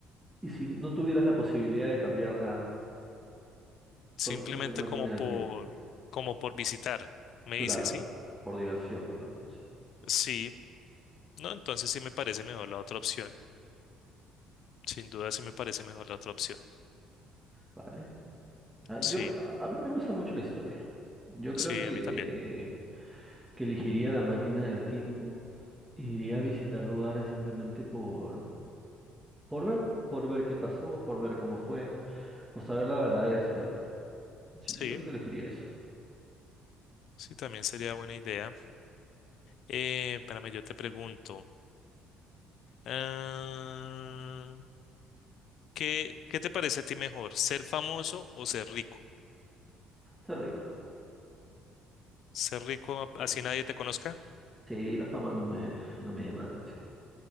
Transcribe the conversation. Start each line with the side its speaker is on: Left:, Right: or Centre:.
Centre: Y si no tuvieras la posibilidad de cambiar nada, solo
Left: Simplemente
Centre: tener la máquina
Left: como por,
Centre: del tiempo.
Left: como por visitar, me
Centre: Claro,
Left: dice, ¿sí?
Centre: por diversión, digamos así.
Left: Sí, no, entonces sí me parece mejor la otra opción. Sin duda sí me parece mejor la otra opción.
Centre: Vale. Ah,
Left: Sí,
Centre: yo, a a mí me gusta mucho la historia. Yo creo
Left: sí,
Centre: que,
Left: a mí
Centre: eh,
Left: también.
Centre: que elegiría la máquina del tiempo e iría a visitar lugares simplemente por, por ver, por ver qué pasó, por ver cómo fue, por saber la verdadera historia. Sí,
Left: Sí,
Centre: yo creo que elegiría eso.
Left: sí, también sería buena idea. Eh, espérame, yo te pregunto. ah, ¿Qué, qué te parece a ti mejor, ser famoso o ser rico?
Centre: Ser rico.
Left: Ser rico a-
Centre: Sí,
Left: así nadie te conozca.
Centre: Sí, la fama no me, no me llama la atención.